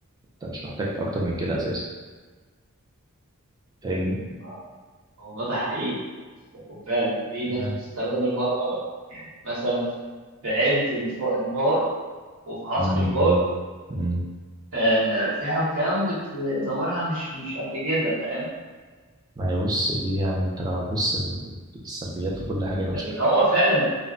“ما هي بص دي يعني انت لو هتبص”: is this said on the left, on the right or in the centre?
Right